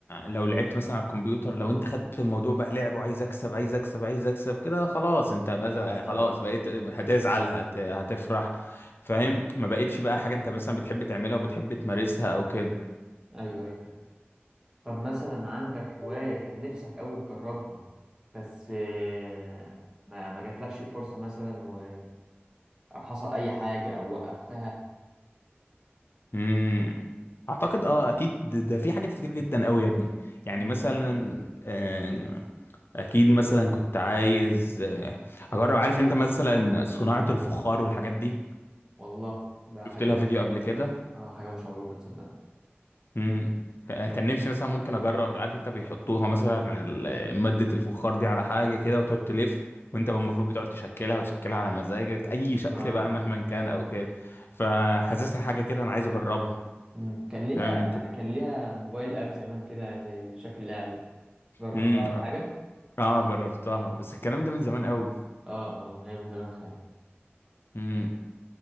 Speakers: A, on the left; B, on the right.
A: لو لعبت مثلا على الكمبيوتر لو انت خدت الموضوع بقى لعب وعايز اكسب عايز اكسب عايز اكسب كده خلاص انت بس
B: مش هتستمتع
A: خلاص بقيت هتزعل هت... هتفرح فاهم ما بقتش بقى حاجة انت مثلا بتحب تعملها وبتحب تمارسها او كده
B: ايوه ايوه طب مثلا عندك هواية كان نفسك أوي تجربها بس آه، ما ما جاتلكش الفرصة مثلا و... أو حصل أي حاجة أو وقفتها
A: امم اعتقد اه اكيد ده ده في حاجات كتير جدا قوي يا ابني يعني
B: مم.
A: مثلا آه، اكيد مثلا كنت عايز آه، اجرب عارف انت مثلا صناعة الفخار والحاجات دي
B: والله ده حاجة
A: شفت لها فيديو قبل كده
B: اه حاجة مشوقة تصدق
A: امم كان نفسي مثلا ممكن اجرب عارف انت بيحطوها مثلا على مادة الفخار دي على حاجة كده وتقعد تلف وانت المفروض بتقعد تشكلها وتشكلها على مزاجك اي شكل
B: اه
A: بقى
B: اه
A: مهما كان او كده فحاسسها حاجة كده انا عايز اجربها
B: مم. كان ليها
A: فاهم انت
B: كان ليها موبايل اب زمان كده زي شكل لعبة جربتها
A: امم
B: ولا حاجة
A: اه جربتها بس الكلام ده من زمان قوي
B: اه اه هي من زمان فعلا
A: امم